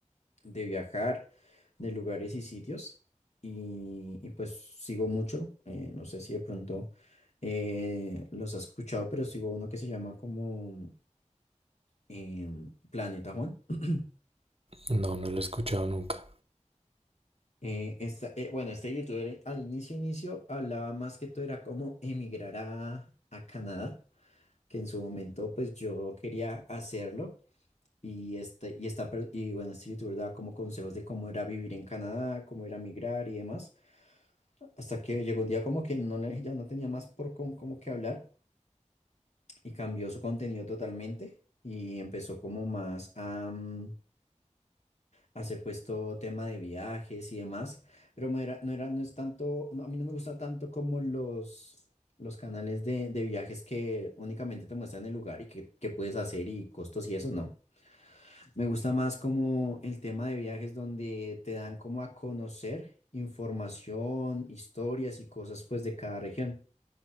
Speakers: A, on the left; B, on the right.
A: de viajar, de lugares y sitios. Y, y pues sigo mucho, eh, no sé si de pronto eh, los has escuchado, pero sigo uno que se llama como eh, Planeta Juan. <clears throat>
B: No, no lo he escuchado nunca.
A: Eh, esta- eh, bueno, este youtuber eh, al inicio, inicio hablaba más que todo era como emigrar a, a Canadá, que en su momento pues yo quería hacerlo, Y, este, y, esta, per- y bueno, este youtuber daba como consejos de cómo era vivir en Canadá, cómo era migrar y demás. Hasta que llegó un día como que no le, ya no tenía más por con, como que hablar y cambió su contenido totalmente y empezó como más a mm, hacer pues todo tema de viajes y demás. Pero no era, no era, no es tanto, no, a mí no me gusta tanto como los, los canales de, de viajes que únicamente te muestran el lugar y qué, qué puedes hacer y costos y eso, ¿no? Me gusta más como el tema de viajes donde te dan como a conocer información, historias y cosas pues de cada región.